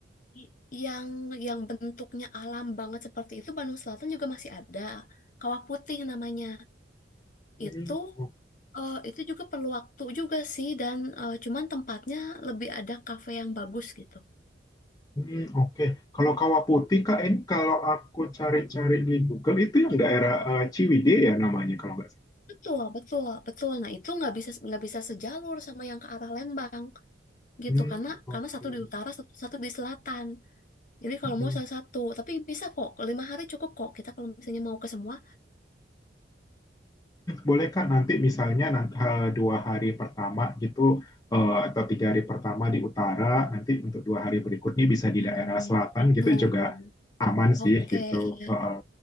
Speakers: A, on the left; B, on the left.
A: i- yang yang bentuknya alam banget seperti itu Bandung Selatan juga masih ada. Kawah Putih namanya.
B: Hmm,
A: itu
B: o-
A: eh, itu juga perlu waktu juga sih dan eh, cuman tempatnya lebih ada kafe yang bagus gitu.
B: hmm, oke. Kalau Kawah Putih Kak, ini kalau aku cari-cari di Google itu yang daerah eh, Ciwidey ya namanya kalau nggak salah.
A: Betul, betul, betul. Nah, itu nggak bisa nggak bisa sejalur sama yang ke arah Lembang gitu
B: Hmm,
A: karena
B: oke.
A: karena satu di utara, satu, satu di selatan. Jadi kalau
B: Hmm,
A: mau salah satu, tapi bisa kok. Lima hari cukup kok. Kita kalau misalnya mau ke semua.
B: Boleh Kak, nanti misalnya nanti, eh, dua hari pertama gitu eh, atau tiga hari pertama di utara, nanti untuk dua hari berikutnya bisa di
A: Nah,
B: daerah selatan
A: oke
B: gitu
A: tuh.
B: juga aman
A: Oke,
B: sih gitu.
A: iya,
B: Eh, eh.